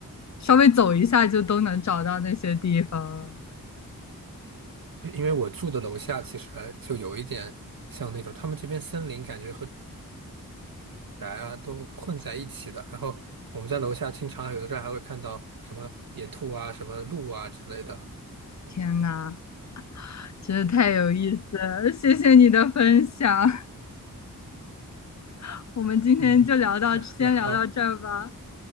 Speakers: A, on the left; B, on the right.
A: 稍微走一下就都能找到那些地方了。
B: 对因为我住的楼下其实还就有一点像那种他们这边森林，感觉和宅啊都混在一起的。然后我们在楼下经常有的时候还会看到什么野兔啊、什么鹿啊之类的。
A: 天呐，真的太有意思了，谢谢你的分享，<laughs> 我们今天就聊到，
B: 嗯，那那好，
A: 先聊到这儿吧。